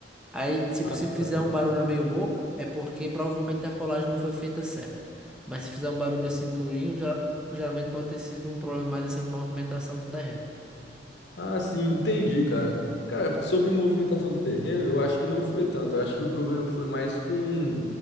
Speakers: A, in the centre; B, on the left.
A: Aí, tipo,
B: ah,
A: se fizer
B: tá.
A: um barulho meio oco, é porque provavelmente a colagem não foi feita certa. Mas se fizer um barulho assim durinho, já, geralmente pode ter sido um problema mais assim de movimentação do terreno.
B: Ah, sim, entendi, cara. Cara, sobre movimentação do terreno, eu acho que não foi tanto. Eu acho que o problema foi mais com,